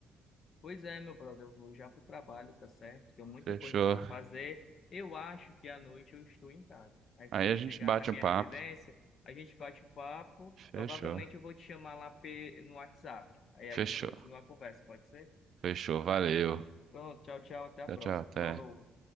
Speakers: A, on the left; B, on the right.
A: Pois é, meu brother, eu vou já pro trabalho, tá certo? Tenho muita
B: Fechou.
A: coisa para fazer. Eu acho que à noite eu estou em casa. Aí quando
B: Aí
A: eu
B: a
A: chegar
B: gente bate
A: na minha
B: um papo.
A: residência, a gente bate um papo.
B: Fechou.
A: Provavelmente eu vou te chamar lá pe- no WhatsApp. Aí
B: Fechou.
A: a gente continua a conversa, pode ser?
B: Fechou. Valeu.
A: Pronto, tchau, tchau, até a
B: Tchau,
A: próxima.
B: tchau. Até.
A: Falou.